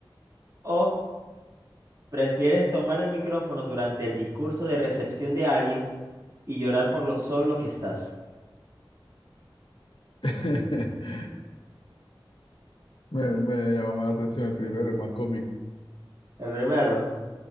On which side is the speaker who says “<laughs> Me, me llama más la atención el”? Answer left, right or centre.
Left